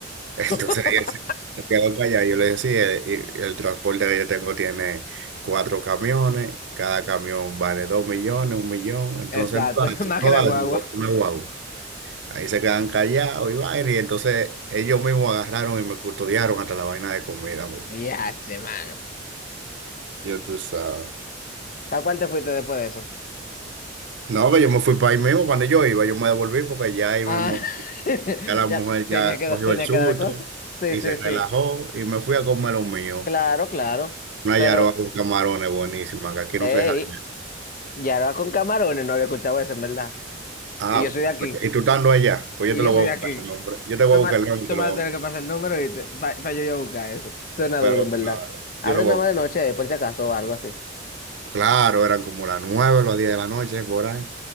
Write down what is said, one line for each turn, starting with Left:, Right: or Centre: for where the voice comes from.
Right: Entonces
Left: <laughs>
Right: <laughs> él se se quedó callado. Yo le dije, sí, el, y- el transporte que yo tengo tiene cuatro camiones, cada camión vale dos millones, un millón, entonces
Left: Exacto,
Right: no da,
Left: <laughs> más
Right: no
Left: que la
Right: da,
Left: guagua.
Right: se lo botó una guagua. Ahí se quedan callados y vaina, y entonces ellos mismos agarraron y me custodiaron hasta la vaina de comida. mano.
Left: Diache, mano.
Right: Ya tú sabes.
Left: ¿Para cuál te fuiste después de eso?
Right: No, que yo me fui para ahí mismo, cuando yo iba, yo me devolví porque ya ahí
Left: Ah,
Right: mismo,
Left: <laughs>
Right: ya la
Left: ya
Right: mujer
Left: tenía
Right: ya
Left: que,
Right: cogió
Left: tenía
Right: el susto
Left: que dar la cosa. Sí,
Right: y
Left: sí,
Right: se relajó
Left: sí.
Right: y me fui a comer lo mío.
Left: Claro, claro.
Right: Una
Left: Pero,
Right: yaroa con camarones buenísima, que aquí
Left: hey,
Right: no se jaña.
Left: ya era con camarones, no había escuchado eso, en verdad.
Right: Ah,
Left: Y yo soy de aquí.
Right: pues, y tú estando allá, pues
Left: Y
Right: yo te lo
Left: yo soy
Right: voy
Left: de
Right: a buscar
Left: aquí.
Right: el nombre. Yo te voy
Left: Tú
Right: a
Left: me,
Right: buscar
Left: tú
Right: el nombre y
Left: me
Right: te
Left: vas
Right: lo voy
Left: a tener
Right: a mandar.
Left: que pasar el número y para yo, yo buscar eso. Suena
Right: Pero
Left: duro, en verdad.
Right: claro,
Left: Abre
Right: yo lo voy
Left: nada
Right: a
Left: más
Right: buscar.
Left: de noche, por si acaso, o algo así.
Right: Claro, eran como las nueve, las diez de la noche, por ahí.